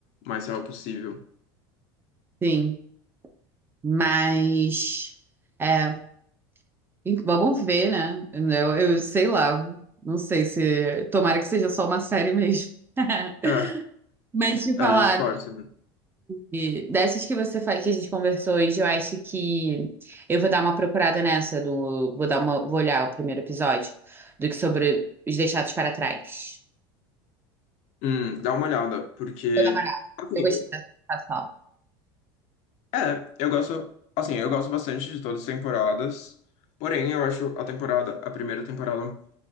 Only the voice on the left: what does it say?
o mais real possível.
É,
a gente torce, né?
Hum, dá uma olhada, porque
assim,
é, eu gosto, assim, eu gosto bastante de todas as temporadas. Porém, eu acho a temporada, a primeira temporada,